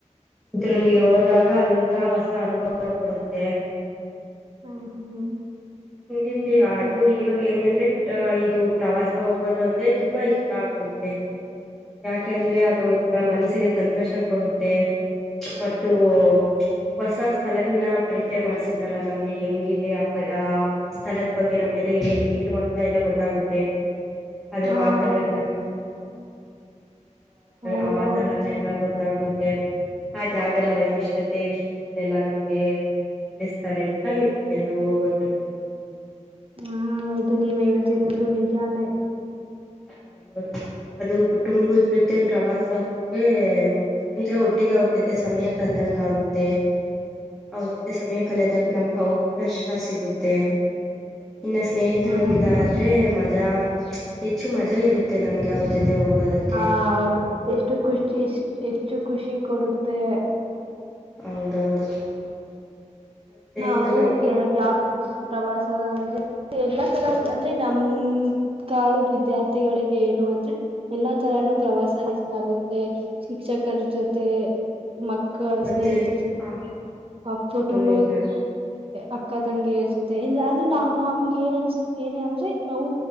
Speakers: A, in the centre; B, on the right.
A: ಮರೊಂದಿಗೆ ಹೋದಾಗ ಅದೊಂಂತರ ಹೊಸ ಅನುಭವ ಕೊಡುತ್ತೆ
B: ಹ್ಮ್ ಹ್ಮ್
A: ಹಿಂದಿಂದ ಅದು ಇವಾಗ ಹೆಂಗಂದ್ರೆ ಅ ಇದು ಪ್ರವಾಸ ಹೋಗೋದು ಅಂದ್ರೆ ತುಂಬಾ ಇಷ್ಟ ಆಗುತ್ತೆ ಯಾಕಂದ್ರೆ ಅದು ಒಂಥರ ಮನಸ್ಸಿಗೆ ಸಂತೋಷ ಕೊಡುತ್ತೆ ಮತ್ತು ಹೊಸ ಸ್ಥಳಗಳನ್ನ ಪರಿಚಯ ಮಾಡ್ಸುತ್ತಲ್ಲ ನಮ್ಗೆ ಹೆಂಗಿದೆ ಅ ಆ ಸ್ಥಳದ ಬಗ್ಗೆ ನಮ್ಗೆಲ್ಲ ಏನು ಅಂತ ಎಲ್ಲ ಗೊತ್ತಾಗುತ್ತೆ ಅದ್ರ
B: ಹ
A: ವಾತಾವರ್ರಣ
B: ಹೌದು ಹೌದು
A: ಅ ವಾತಾವರಣ
B: ಹೌದು
A: ಎಲ್ಲ ಗೊತ್ತ ಮಾತ್ತಾಕುತ್ತೆ ಆ ಜಾಗದ ವೈಶಿಷ್ಟ್ಯತೆ ವಿಶೇಷಗಳೆಲ್ಲ ನಮ್ಗೆ ತಿಳಿಸ್ತಾರೆ ಚೆನ್ನಾಗಿರುತ್ತೆ ಎಲ್ಲ ಹೋಗೋದಕ್ಕೆ
B: ಹಾ ಹೌದು ನೀವ್ ಹೇಳ್ತಿರೋದು ನಿಜಾನೇ
A: ಹೌದುದು ಅದು ಕುಟುಂಬದ ಜೊತೆ ಪ್ರವಾಸ ಹೋದ ್ರೆ ಒಂಥರ ಒಟ್ಟಿಿಗೆ ಅವರ್ತತೆ ಸಮಯ ಕಲ್ದಂಗ ಆಗುತ್ತೆ ಅವ್ರ ಜೊತೆ ಸಮಯ ಕಲಿಯೋದಕ್ಕೆ ನಮ್ಗೆ ಅವಕಾಶ ಸಿಗುತ್ತೆ ಇನ್ನು ಸ್ನೇಹಿತರೊಂದಿಿಗೆ
B: ಹ್ಮ
A: ಆದ್ರರೆ ಮಜಾ ಹೆಚ್ಚು ಮಜಾ ಇರುತ್ತೆ ನಮ್ಗೆ ಅವ್ರ ಜೊತೆ ಹೋಗೋದಕ್ಕೆ
B: ಹಾ ಹೌದು ಎಷ್ಟು ಖುಷ ಎಷ್ಟ್ ಹೆಚ್ಚು ಖುಷಿ ಕೊಡುತ್ತೆ
A: ಹೌದೌದು ಮತ್ತೆ
B: ನಾವು
A: ಇನ್ನು
B: ಯಾವ ಪ್ರವಾಸ ಅಂದ್ರೆ ಎಲ್ಲಾ ತರ ಅಂದ್ರೆ ನಮ ಕಾಲದ ವಿದ್ಯಾರ್ಥಿಗಳಿಗೆ ಏನು ಅಂದ್ರೆ ಎಲ್ಲಾ ತರಾನೂ ಪ್ರವಾಸ ರಕ್ಷ ಆಗುತ್ತೆ ಶಿಕ್ಷಕರ ಜೊತೆ ಮ ಒಂದ್
A: ಮತ್ತೆ
B: ಸ್ನೇಹಿತರು
A: ಹ
B: ಆ ಕುಟುಂಬ
A: ಅದು ನಿಜ
B: ಅಕ್ಕ ತಂಗಿಯರ್ ಜೊತೆ ಇಲ್ಲ ಅಂದ್ರೆ ನಾ ನಮ್ಗೆ ಏನ್ ಅನ್ಸುತ್ತ ಏನೆ ಅಂದ್ರೆ ನಾವು